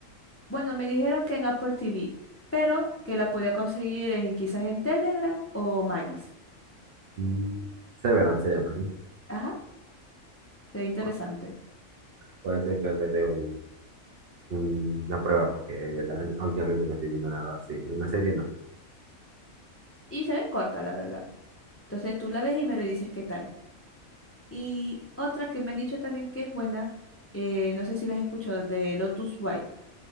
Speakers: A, on the left; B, on the right.
A: Bueno, me dijeron que en Apple TV, pero que la podía conseguir en, quizás en Telegram o Magis.
B: Mm, Severance se llama, ¿no?
A: Ajá, se ve interesante.
B: Bueno, puede ser que le dé un- un- una prueba, porque de verdad últimamente no estoy viendo nada así. Una serie no.
A: Y se ve corta, la verdad. Entonces tú la ves y me redices qué tal. Y otra que me han dicho también que es buena, eh, no sé si las has escuchado, de Lotus White,